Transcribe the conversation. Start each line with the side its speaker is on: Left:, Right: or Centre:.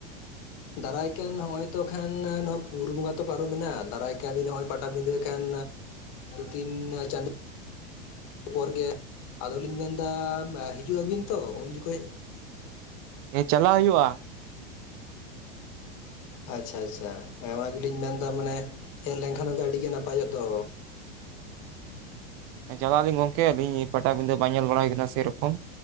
Left: ᱫᱟᱨᱟᱭ ᱠᱟᱱ ᱱᱚᱜᱼᱚᱭ ᱛᱚ ᱠᱷᱟᱱ ᱱᱚᱣᱟ ᱵᱩᱨᱩ ᱵᱚᱸᱜᱟ ᱛᱚ ᱯᱟᱨᱚᱢ ᱱᱟ ᱫᱟᱨᱟᱭ ᱠᱟᱱ ᱫᱤᱱ ᱱᱚᱜ-ᱚᱭ ᱯᱟᱴᱟ ᱵᱤᱫᱟ. ᱠᱷᱟᱱ ᱛᱤᱱ ᱪᱟᱸᱫᱚ ᱯᱚᱨ ᱜᱮ ᱟᱫᱚᱞᱤᱧ ᱢᱮᱱᱫᱟ ᱦᱤᱡᱩᱜ ᱟᱹᱵᱤᱱ ᱛᱚ ᱩᱱ ᱡᱚᱠᱷᱚᱡ
Right: ᱦᱮᱸ ᱪᱟᱞᱟᱜ ᱦᱩᱭᱩᱜᱼᱟ᱾
Left: ᱟᱪᱷᱟ ᱟᱪᱷᱟ ᱦᱮᱸ ᱚᱱᱟ ᱜᱮᱞᱤᱧ ᱢᱮᱱᱫᱟ ᱢᱟᱱᱮ ᱦᱮᱜ ᱞᱮᱱᱠᱷᱟᱱ ᱟᱹᱰᱤᱜᱮ ᱱᱟᱯᱟᱭᱚᱜ ᱫᱚ᱾
Right: ᱦᱮᱸ ᱪᱟᱞᱟᱜ ᱟᱹᱞᱤᱧ ᱜᱚᱝᱠᱮ ᱟᱹᱞᱤᱧ ᱯᱟᱴᱟᱵᱤᱸᱫᱟᱹ ᱵᱟᱝ ᱧᱮᱞ ᱵᱟᱲᱟ ᱦᱩᱭ ᱠᱟᱱᱟ ᱥᱮᱭᱨᱚᱠᱚᱢ᱾